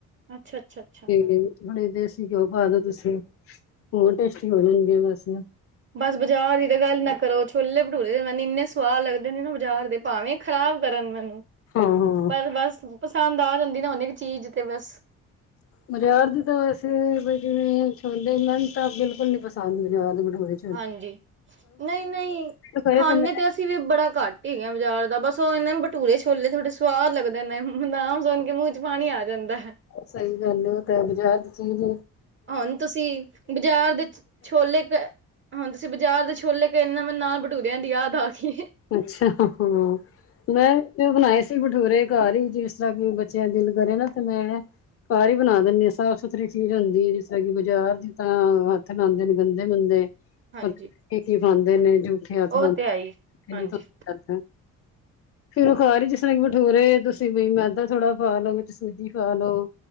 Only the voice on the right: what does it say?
ਅੱਛਾ ਅੱਛਾ ਅੱਛਾ
ਬਸ ਬਾਜਾਰ ਦੀ ਤਾਂ ਗੱਲ ਨਾ ਕਰੋ ਛੋਲੇ ਭਟੂਰੇ ਤੇ ਮੈਨੂੰ ਇਨੇ ਸਆਦ ਲਗਦੇ ਨਾ ਬਜਾਰ ਦੇ ਭਾਵੇ ਖਰਾਬ ਕਰਨ ਮੈਨੂੰ,
ਪਰ ਬਸ ਪਸੰਦ ਆ ਜਾਦੀ ਨਾ ਹੁਨ ਚੀਜ ਤੇ ਬਸ।
ਹਾਂਜੀ ਨਈ-ਨਈ
ਖਾਨੇ
ਤੇ ਅਸੀ ਵੀ ਬੜਾ ਘੱਟ। ਠੀਕ ਆ ਬਾਜਾਰ ਦਾ ਬਸ ਉਹ ਏ ਨਾ ਬਟੂਰੇ ਛੋਲੇ ਥੋੜੇ ਸਵਾਦ ਲਗਦੇ ਨੇ ਨਾਮ ਸੁਨ ਕੇ ਮੂੰਹ ਚ ਪਾਨੀ ਆ ਜਾਂਦਾ।
ਹੁਣ ਤੁਸੀ ਬਜਾਰ ਦੇ ਛੋਲੇ ਹੋਨ ਤੁਸੀ ਬਾਜਾਰ ਦੇ ਛੋਲੇ ਕਏ ਨੇ ਨਾ ਮੈਨ ਨਾਲ ਬਟੂਦਿਆਂ ਦੀ ਯਾਦ ਆ ਗਈ ਏ।
ਹਾਂਜੀ
ਉਹ
ਤੇ ਆਈ
ਹਾਂਜੀ